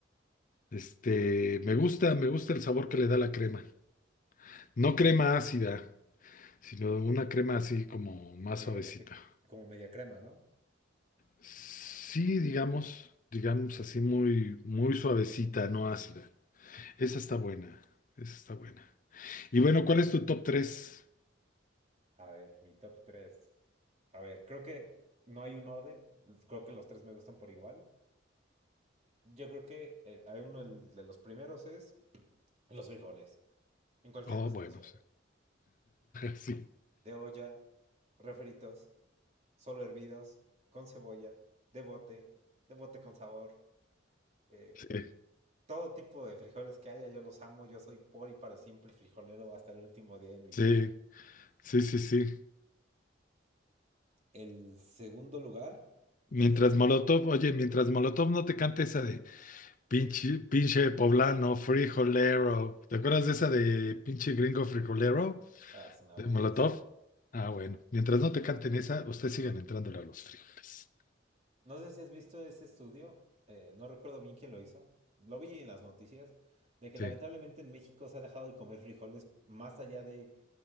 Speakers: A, on the left; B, on the right.
A: Este, me gusta, me gusta el sabor que le da la crema. No crema ácida, sino una crema así como más
B: media,
A: suavecita.
B: cre- como media crema, ¿no?
A: Sí, digamos, digamos así muy, muy suavecita, no ácida. Esa está buena, esa está buena. Y bueno, ¿cuál es tu top tres?
B: A ver, mi top 3. A ver, creo que no hay un orden, creo que los tres me gustan por igual. Yo creo que eh, hay uno el de los primeros es los frijoles. En cualquier
A: Oh,
B: presentación.
A: bueno, sí. <laughs>
B: De olla, refritos, solo hervidos, con cebolla, de bote, de bote con sabor. eh,
A: Sí, sí,
B: todo tipo de frijoles que haya, yo los amo. Yo soy por y para siempre frijolero hasta el último día de mi
A: sí,
B: vida.
A: sí, sí, sí.
B: El segundo lugar, yo
A: Mientras
B: creo que
A: Molotov, oye, mientras Molotov no te cante esa de pinche, pinche poblano, frijolero. ¿Te acuerdas de esa de pinche gringo frijolero
B: ah, es una
A: de
B: buenísima.
A: Molotov? Ah, bueno, mientras no te canten esa, ustedes sigan entrándole a los frijoles.
B: No sé si has visto ese estudio, eh, no recuerdo bien quién lo hizo, lo vi en las noticias, de que lamentablemente
A: Sí,
B: en México se ha dejado de comer frijoles más allá de